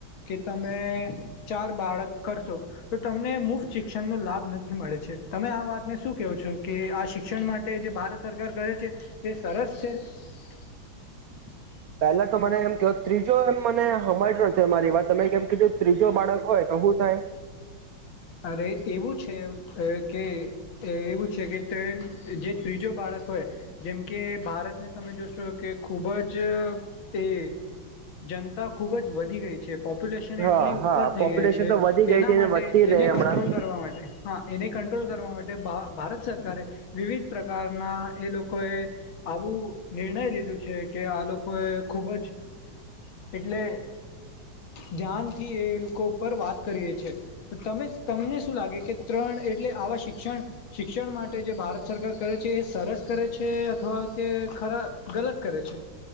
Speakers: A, on the left; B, on the right.
A: કે તમે ચાર બાળક કરશો તો તમને મુફ્ત શિક્ષણ નો લાભ નથી મળે છે. તમે આ વાતને શું કેહો છો કે આ શિક્ષણ માટે જે ભારત સરકાર કરે છે એ સરસ છે? <unintelligible>
B: પેલા તો મને એમ કયો ત્રીજો એમ મને હમજો તે મારી વાત, તમે જેમ કીધું ત્રીજો બાળક હોય તો હું થાય?
A: અરે એવું છે અહ કે એવું છે કે ટ્રેન જે ત્રીજો બાળક હોય જેમ કે ભારતને તમે જો શો કે ખૂબ જ તે જનતા ખુબ જ વધી ગઈ છે. પોપ્યુલેશન
B: હા
A: એટલી ઉપર
B: હા
A: થઈ
B: પોપ્યુલેશન
A: ગઈ છે.
B: તો વધી ગઈ હતી
A: ના માટે
B: ને વધતી
A: એને
B: રહે હમણાં
A: કંટ્રોલ કરવા માટે, હા એને કંટ્રોલ કરવા માટે ભા ભારત સરકારે વિવિધ પ્રકાર ના એ લોકો એ આવું નિર્ણય લીધું છે. કે આ લોકો એ ખૂબ જ એટલે ધ્યાનથી એ લોકો ઉપર વાત કરીએ છે તો તમે તમને શું લાગે કે ત્રણ એટલે આવા શિક્ષણ-શિક્ષણ માટે જે ભારત સરકાર કરે છે, એ સરસ કરે છે અથવા કે ખરા ગલત કરે છે?